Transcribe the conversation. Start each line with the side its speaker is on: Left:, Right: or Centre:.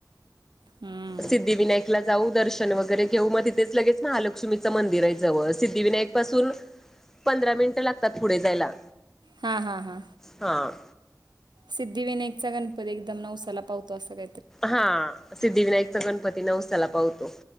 Right: हम्म.
Centre: सिद्धिविनायकला जाऊ दर्शन वगैरे घेऊ मग तिथेच लगेच महालक्ष्मीचं मंदिर आहे जवळ सिद्धिविनायक पासून पंधरा मिनिटं लागतात पुढे जायला.
Right: हा हा हा
Centre: हां
Right: सिद्धिविनायकचा गणपती एकदम नौवसाला पावतो असं का
Centre: हा सिद्धिविनायकचा गणपती नऊसाला पाहतो